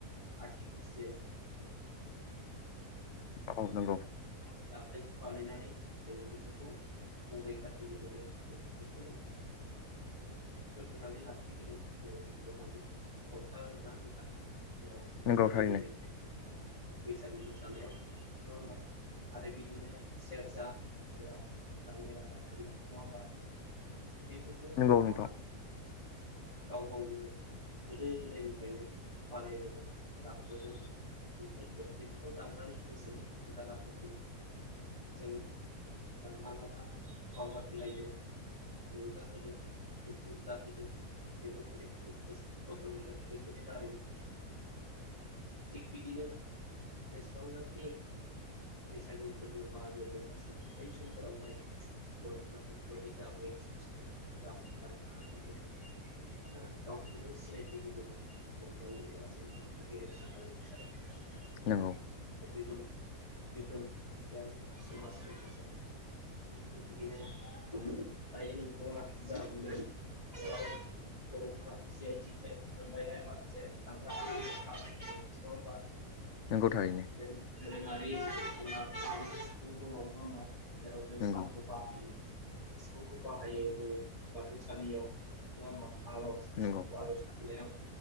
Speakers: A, on the left; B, on the left.
A: आर्टिफिसियेल
B: औ नंगौ
A: <unintelligible> आखाइजों बानायनानै जोङो बेफोरखौ संग्राय खाथि हेबबोदों। जों बेफोरखौ फोथांनानै लाखिबोदों जेरै औवानि गर्खा नङा होनबा नोंथां। जेराव
B: नंगौ
A: गोदो
B: थारैनो
A: गोदायनिफ्रायनो बैसागु मोसानायाव नङा होमबा आरो बिदिनो सेरजा जेराव राङै रादा थायो नङा होमबा? बेफोरखौबो
B: नंगौ
A: बर'आ
B: नोंथां
A: गाव गावनो गोदो गोदायनिफ्रायनो बानायबोदों दामबोदों बेफोरजों बेफोरखौ दामनानै गोसोनि दुखु दाहाफोरखौ जों मालाबा बावगार होलायदों रंजाहोदों दुखु जाहोदों। <unintelligible> जों फसंबोदों बेफोरनि दारैनो थिग बिदिनो जेसेबांनाखि बैसागो फोरबो मागो दमासि बै समफोरावहाय बर'फ्रा बेफोरबायदि <inaudible> गावखौनो सिनायथि होबोदों रंजायै बाजायै <inaudible>
B: नोंगौ।
A: गोगोम -गोगोम खायसेया समाजस थिग बिदिनो दायो नोंथाङा जा बुंदों <unintelligible> बर'फोरा जि आइ टेकिं मोनलायनाय माखासे दामग्रा आगजु दङ नङा होमबा?
B: नंगौ थारैनो
A: दोरोङारि <unintelligible> नङा होनबा? जेराव जों
B: नंगौ
A: खामखौ बाहायो सिफुंखौ बाहायो जोङो बाथौसालियाव नङा होमबा? आर'ज
B: नंगौ
A: बेयाव